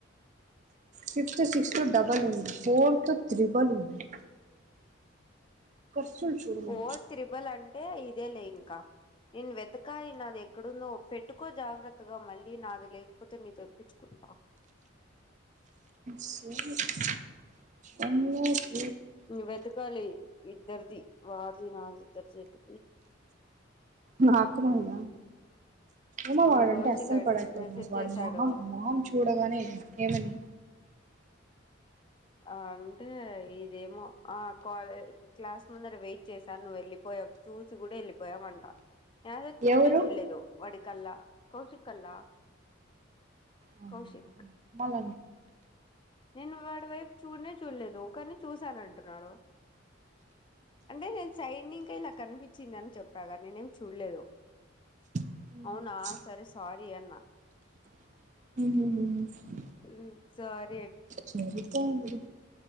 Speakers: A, on the right; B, on the left.
A: ఫిఫ్త్ సిక్ టు డబల్ ఉంది ఫోర్ త్రిబల్ ఉంది <inaudible>
B: ఫోర్
A: నువ్వు
B: త్రిబల్ అంటే ఇ ఇదే లే ఇంకా నేను వెతకాయి నాది ఎక్కడుందో పెట్టుకో జాగ్రత్తగా మళ్ళీ నాది లేకపోతే నీ తెప్పించుకుంటా
A: స్ హ్ మ <inaudible>
B: వెతకాలి ఇద్దర్ది వార్ది నాది టాచెత్
A: నా అకుమంద ఉమ
B: వాడు
A: వాడంటే
B: కౌశిక్
A: అస్సలు
B: గాడు
A: పడట్లేదు
B: మెసేజ్
A: నాకు వాడు
B: చేసాడు
A: మొహం మొహం చూడగానే ఏమని
B: ఆ అంటే ఇదేమో ఆ క్లాస్ ముందర వెయిట్ చేశారు నువ్వు వెళ్ళిపోయావు చూసి కూడా వెళ్ళిపోయావంట ఏద చూడనే
A: ఎవరు
B: చూడలేదు వడికల్లా కౌ కలా
A: నేను
B: కౌశక్
A: అక్మల్
B: నిన్న వడ అటు వైపు చూడనే చూడలేదు కాని చూసాను అంటున్నాడు అంటే నేను సైడ్ ఇంకా ఇలా కనిపించింది అని చెప్పాగా నేనేం చూడలేదు
A: అనుకున్నా
B: అవునా సరే సారీ అన్నా
A: హ
B: ఉ సరే
A: సరిపోయింది లే